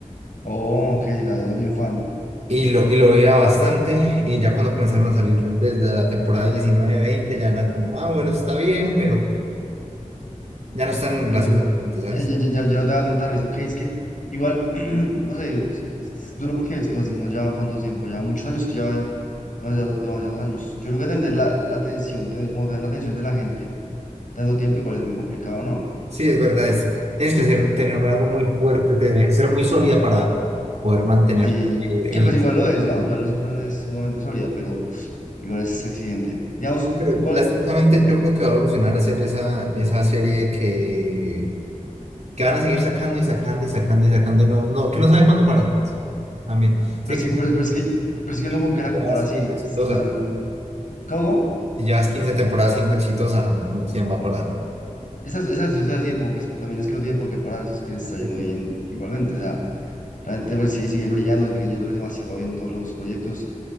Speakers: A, on the left; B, on the right.
A: Oh, ok, o sea, eras bien fan.
B: Y lo, y lo veía bastante. Y ya cuando comenzaron a salir desde la temporada diecinueve veinte, ya eran como, ah, bueno, está bien, pero ya no están graciosos
A: Eh, Yo,
B: como antes, ¿sabes?
A: ya, ya, ya, ya, ya no te va a dar tanta risa, ok, es que igual, <clears throat> no sé, digo, es, es duro porque es- lo hacemos ya cuánto tiempo, ya muchos años que lleva demasiados, demasiados años. Yo creo que atender la, la atención, tener, como tener la atención de la gente tanto tiempo igual es muy complicado, ¿no?
B: Sí, es verdad. Es, tienes que ser, tener algo muy fuerte, tener- ser muy sólida para poder mantenerte
A: Sí,
B: en
A: que pues
B: la...
A: igual lo es, ¿no? Igual los Simpsons es sumamente sólida, pero igual es exigente. Digamos,
B: Pero
A: ¿cuál?
B: lastimosamente
A: diga-
B: yo creo que va a evolucionar a ser esa, esa serie que, que van a seguir sacando y sacando y sacando y sacando y no, no, que no sabe cuándo parar. pues, También. Sé
A: Pero es
B: que
A: que, pero es que, pero es que
B: 15
A: uno con
B: temporadas
A: qué la compara si
B: siendo exitosa.
A: los Simpsons- ¿Cómo? cómo
B: Si llevas 15 temporadas siendo exitosa, ¿quién va a parar?
A: Exacto, exacto, yo te voy a decir, como pues también es que no tienen por qué parar si es que les está
B: Sí.
A: yendo bien igualmente, o sea, realmente pues sí, siguen brillando, siguen yéndoles demasiado bien todos los proyectos.